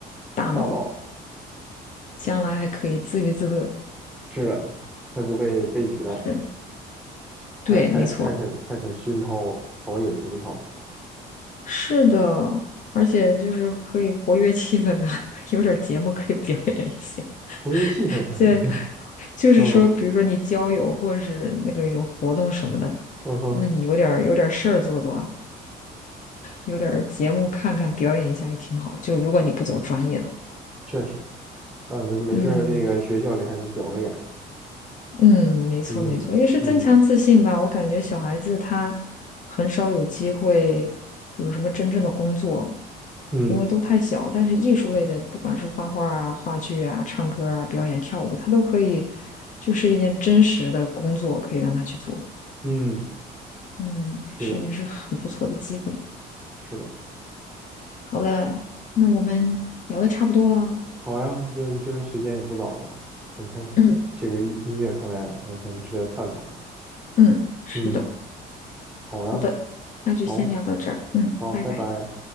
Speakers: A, on the left; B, in the centre.
A: 大脑，
B: 大脑，
A: 将来还可以自娱自乐。
B: 是的，还不会被取代，
A: 是，对，
B: 还还还肯还肯熏陶陶冶情操，
A: 没错，是的，而且就是可以活跃气氛啊，<laughs> 有点节目可以表演一下。
B: 活跃气氛。
A: 在
B: 嗯
A: <laughs> 就是说，
B: 嗯
A: 比如说你交友或者是那个有活动什么的，
B: 嗯哼，
A: 那你有点儿有点儿事儿做做啊，有点儿节目看看，表演一下也挺好。就如果你不走专业的
B: 确实，嗯，没事儿，
A: 嗯
B: 那个学校里还能表个演。
A: 嗯，没错没错，
B: 嗯嗯
A: 也是增强自信吧。我感觉小孩子他很少有机会有什么真正的工作，
B: 嗯
A: 因为都太小。但是艺术类的，不管是画画啊、话剧啊、唱歌啊、表演、跳舞，他都可以，就是一件真实的工作，可以让他去做。
B: 嗯，
A: 嗯，
B: 是的，
A: 是也是很不错的机会。
B: 是的。
A: 嗯，那我们聊的差不多了哦。
B: 好呀，这这边时间也不早了，很开，
A: 嗯
B: 这个音乐看来还很值得探讨。
A: 嗯，是的，
B: 嗯，好呀，
A: 好的，那就先聊到这儿。
B: 好，
A: 嗯，
B: 好，
A: 拜拜。
B: 拜拜。